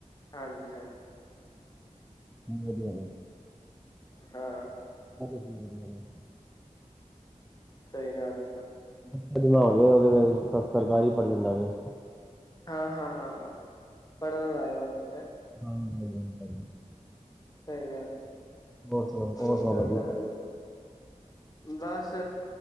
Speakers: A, on the left (about 30°); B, in the centre.
A: ਹਾਂਜੀ ਹਾਂਜੀ।
B: ਵਧੀਆ।
A: ਹਾਂ
B: <unintelligible> ਵਧੀਆ
A: ਸਹੀ ਗੱਲ ਐ ਫੇਰ
B: <unintelligible> ਉਹਦੇ ਫੇਰ ਸਰਕਾਰੀ ਪੜ ਜਾਂਦਾ ਵੇ
A: ਹਾਂ, ਹਾਂ, ਹਾਂ ਪੜ੍ਹਨ ਲਾਇਆ ਵਾ ਬੱਚਾ
B: ਹਾਂ ਜੀ <unintelligible>
A: ਸਹੀ ਗੱਲ
B: ਹੋਰ ਸੁਣਾਓ
A: <unintelligible>
B: ਹੋਰ ਸੁਣਾਓ ਭਾਜੀ
A: ਬਸ